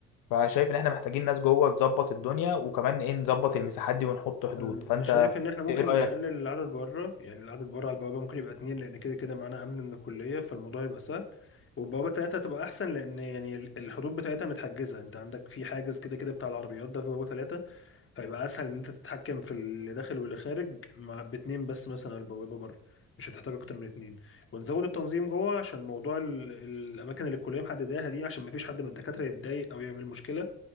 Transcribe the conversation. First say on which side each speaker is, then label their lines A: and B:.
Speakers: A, on the left (about 80°); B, on the left (about 40°).
A: فشايف ان احنا محتاجين ناس جوه تظبط الدنيا وكمان ايه نظبط المساحات دي ونحط حدود
B: أنا
A: فانت
B: أنا شايف إن إحنا ممكن
A: ايه رايك
B: نقلل العدد بره يعني العدد بره على البوابة ممكن يبقى اتنين لأن كده كده معانا أمن من الكلية فالموضوع يبقى سهل والبوابة تلاتة هتبقى أحسن لأن يعني الحدود بتاعتها متحجزة أنت عندك في حاجز كده كده بتاع العربيات ده في بوابة تلاتة فيبقى اسهل ان انت تتحكم في اللي داخل واللي خارج مع باتنين بس مثلا على البوابه بره مش هتحتاج اكتر من اتنين ونزود التنظيم جوه عشان موضوع ال... الاماكن اللي الكليه محدداها دي عشان ما فيش حد من الدكاتره يتضايق او يعمل مشكله